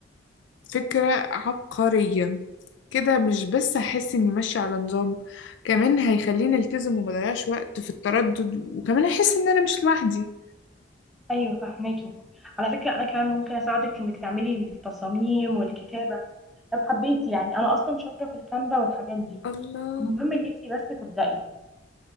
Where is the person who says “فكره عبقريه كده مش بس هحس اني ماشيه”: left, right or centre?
Left